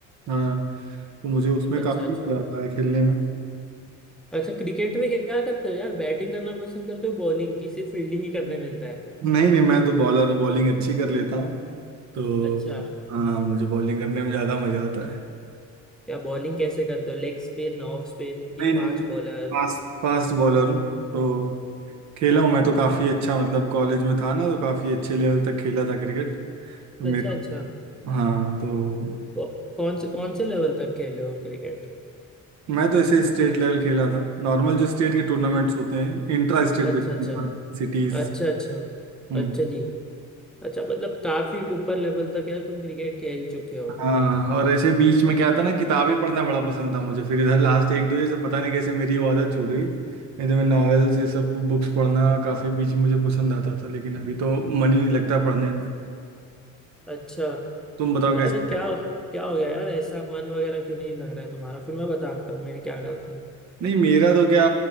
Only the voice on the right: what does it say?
हाँ तो मुझे उसमें
काफी
मजा आता है खेलने में
नहीं नहीं मैं तो बॉलर हूँ बॉलिंग अच्छी कर लेता हूँ तो
हाँ मुझे बॉलिंग करने में ज्यादा मजा आता है
नहीं नहीं
नहीं
फास्ट फास्ट बॉलर हूँ तो खेला हूँ मैं तो काफ़ी अच्छा मतलब कॉलेज में था ना तो काफ़ी अच्छे लेवल तक खेला था क्रिकेट तो मेरे
हाँ तो
मैं तो ऐसे स्टेट लेवल खेला था नॉर्मल जो स्टेट के टूर्नामेंट्स होते हैं इंट्रा स्टेट
सिटीज
हम्म
हाँ और ऐसे बीच में क्या था ना किताबें पढ़ना बड़ा पसंद था मुझे फिर इधर लास्ट एक दो ये सब पता नहीं कैसे मेरी वो आदत छूट गई नहीं तो मैं नॉवेल्स ये सब बुक्स पढ़ना काफ़ी बीच में मुझे पसंद आता था लेकिन अभी तो मन ही नहीं लगता पढ़ने में
तुम बताओ कैसे
नहीं मेरा तो क्या